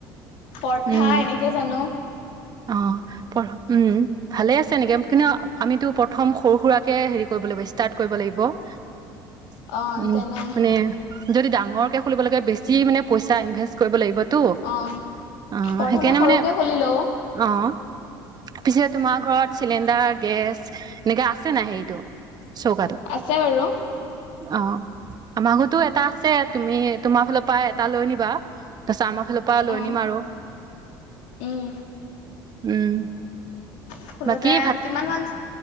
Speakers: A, on the left (about 70°); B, on the right (about 40°).
A: পৰঠা
B: উম
A: এনেকে জানো
B: অ', পঢ উম, ভালে আছে নেকি কিন্তু আমিতো প্ৰথম সৰু - সুৰাকে হেৰি কৰিব লাগিব ষ্টাৰ্ট কৰিব লাগিব। <unintelligible>
A: অ'
B: উম
A: তেনে
B: মানে যদি ডাঙৰকে খুলিব লাগে বেছি মানে পইচা ইনভেষ্ট কৰিব লাগিব। তো
A: অ
B: অ'
A: প্ৰথমে
B: সেইকাৰণে
A: সৰুকে
B: মানে
A: খুলি লও
B: অ, পিছে তোমাৰ ঘৰত চিলিণ্ডাৰ গেছ এনেকে আছে নাই হেৰিটো। চৌকাটো
A: আছে বাৰু।
B: অ, আমাৰ ঘৰতো এটা আছে তুমি তোমাৰ ফালৰ পা এটা লৈ আনিবা তাৰপিছত আমাক ফালৰ পা লৈ
A: অ
B: আনিম আৰু
A: উম
B: উম।
A: খোলোতে
B: বাকী ভাত
A: কিমান মান